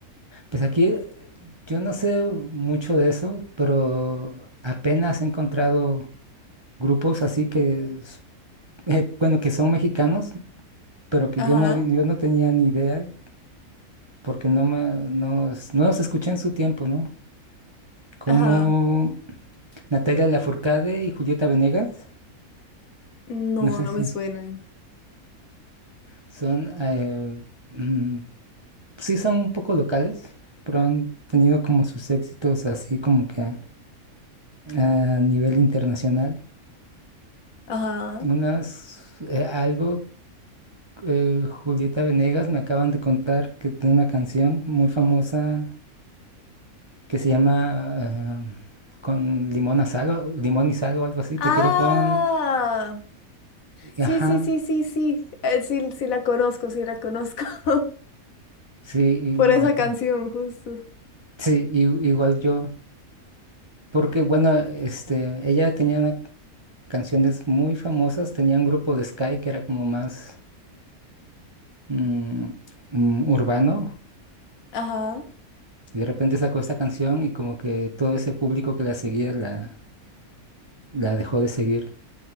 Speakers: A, on the right (about 30°); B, on the left (about 70°).
A: pues aquí eh, yo no sé mucho de eso, pero apenas he encontrado grupos así que, s- eh, bueno, que son mexicanos, pero que
B: Ajá,
A: yo no, vi- yo no tenía ni idea porque no, me, no, es- no los escuché en su tiempo, ¿no? Como
B: ajá.
A: Natalia Lafourcade y Julieta Venegas,
B: No,
A: no sé
B: no
A: si
B: me suenan.
A: son... eh, mm, sí son un poco locales, pero han tenido como sus éxitos así como que a, a nivel internacional.
B: Ajá.
A: Unas, eh, algo, eh, Julieta Venegas me acaban de contar que tiene una canción muy famosa que se llama ah, Con limón a sal, o- limón y sal o algo así, te
B: Ah,
A: quiero con... y
B: sí,
A: Ajá,
B: sí, sí, sí, sí. Eh, sí, sí la conozco, sí la conozco. <laughs>
A: sí, y
B: Por
A: me
B: esa
A: acá.
B: canción, justo.
A: Sí, i- igual yo. Porque bueno, este, ella tenía una- canciones muy famosas, tenía un grupo de Sky que era como más mm, mm, urbano
B: Ajá.
A: y de repente sacó esta canción y como que todo ese público que la seguía la, la dejó de seguir.